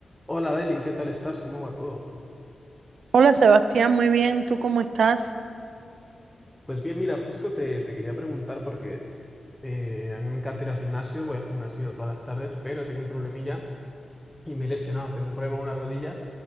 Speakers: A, in the centre; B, on the right.
A: Hola Dailin, ¿qué tal estás? ¿Cómo va todo?
B: Hola Sebastián, muy bien, ¿tú cómo estás?
A: Pues bien, mira, justo te, te quería preguntar porque eh, a mí me encanta ir al gimnasio, voy al gimnasio todas las tardes, pero he tenido un problemilla y me he lesionado, tengo un problema en una rodilla